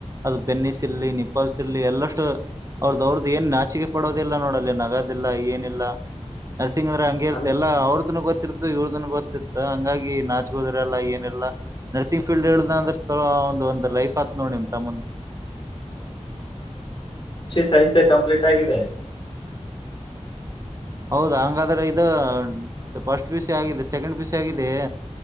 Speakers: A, on the right; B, on the left.
A: ಅದು ಪೆನ್ನಿಸ್ ಇರ್ಲಿ ನಿಪಲ್ಸಿರ್ಲಿ ಎಲ್ಲಷ್ಟು ಅವ್ರದವ್ರದ್ ಏನ್ ನಾಚಿಕೆ ಪಡೋದಿಲ್ಲ ನೋಡ ಅಲ್ಲಿ ನಗದಿಲ್ಲ ಏನಿಲ್ಲ. ನರಸಿಂಗ್ಂದ್ರ ಹಂಗಿ ಇತೆ
B: ಅನ್
A: ಎಲ್ಲ ಅವರು ಗೊತ್ತಿತತ್ತು ಇವ್ರದನ್ ಗೊತ್ತಿರ್ತ ಹಂಗಾಗಿ ನಾ ದ್ರಲ್ಲ ಏನಲ್ಲಾ ನರ್ಸಿಂಗ್ ಫೀಲ್ಡ್ ಹೇಳುದ ಅಂದ್ರ ಒಂದ ಒಂದ್ ಲೈಫ್ ಆತ್ ನೋಡ್ ನಿಮ್ ತಮ್ಮಂದ
B: ಸೈನ್ಸ ಕಂಪ್ಲೀಟ್ ಆಗಿದೆ
A: ಹೌದ ಹಂಗಾದ್ರೆ ಇದು ಫಸ್ಟ್ ಪಿ ಯು ಸಿ ಆಗಿದೆ ಸೆಕೆಂಡ್ ಪಿ.ಯು.ಸಿ. ಆಗಿದೆ.